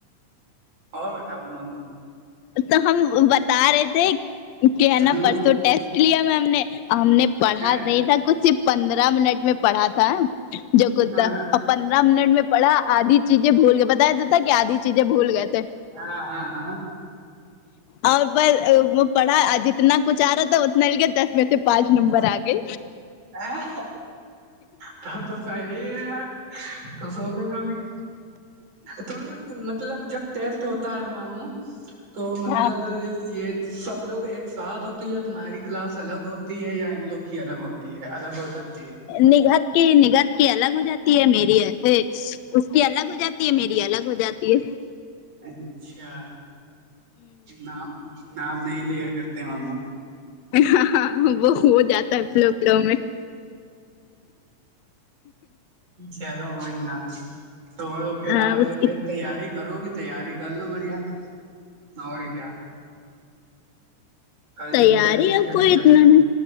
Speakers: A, on the right (about 75°); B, on the left (about 75°).
A: اور بتاؤ مما
B: تو ہم بتا رہے تھے کہ ہے نا
A: ہوں
B: پرسوں ٹیسٹ لیا میں ہم نے ہم نے پڑھا
A: ہے
B: نہیں تھا کچھ صرف پندرہ منٹ میں پڑھا تھا جو کچھ
A: ہاں
B: تھا پندرہ منٹ میں پڑھا آدھی چیزیں بھول گئے بتایا تو تھا کیا آدھی چیزیں بھول گئے تھے
A: ہاں ہاں ہاں
B: اور ب وہ پڑھا جتنا کچھ آ رہا تھا اتنا لکھ دس میں سے پانچ نمبر آ گئے
A: آں تب تو صحیح ہے یار تو سو گئی ہوگی تو مطلب جب ٹیسٹ ہوتا ہے ماموں تو مطلب
B: ہاں
A: یہ سب لوگ ایک ساتھ ہوتی ہے یا تمہاری کلاس الگ ہوتی ہے یا ان لوگ کی الگ ہوتی تی ہے الگ ہو جاتی ہے
B: نگت کی نگت کی الگ ہو جاتی ہے میری یہس اس کی الگ ہو جاتی میری الگ ہو جاتی ہے
A: <inaudible> اچھا نام نام نہیں لیا کرتے ہمو
B: ہاں ہ وہ ہو جاتا ہے فلو فلو میں
A: چلو کوئی نہ تو پھر
B: ہاں
A: آ ج
B: اس کی
A: پھر تیاری کرو گی تیاری کر لو بڑھیا اور کیا کل
B: تیاری
A: جب ٹیسٹ
B: ہی
A: ہے
B: اب کوئی
A: تو تیار۔
B: اتنا نا